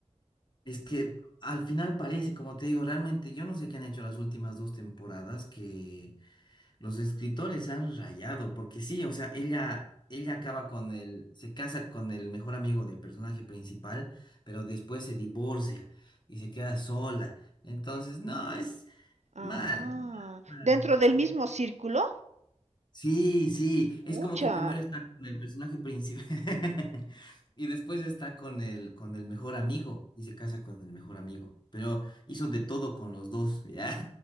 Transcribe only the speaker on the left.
Es que al final parece, como te digo, realmente yo no sé qué han hecho las últimas dos temporadas, que los escritores han rayado, porque sí, o sea, ella, ella acaba con el, se casa con el mejor amigo del personaje principal, pero después se divorcia y se queda sola. Entonces, no, es
mal. mal.
Sí, sí, es
como que primero está con el personaje principal <laughs> y después está con el, con el mejor amigo y se casa con el mejor amigo, pero hizo de todo con los dos, ¿ya?